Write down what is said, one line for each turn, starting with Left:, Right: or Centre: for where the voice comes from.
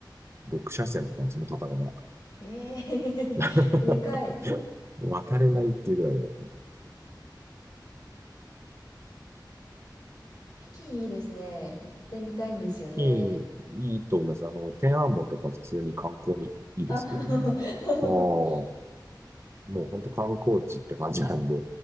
Right: 6車線とかのその方が
Left: へえ、<laughs>
Right: <laughs>
Left: でかい。
Right: 渡れないっていうぐらいの。
Left: 北京いいですね。行ってみたいんですよね。
Right: 北京、いいと思います。あの、天安門とか普通に観光にいいですけどね。
Left: あ、<laughs>
Right: もう、もう本当観光地って感じなんで、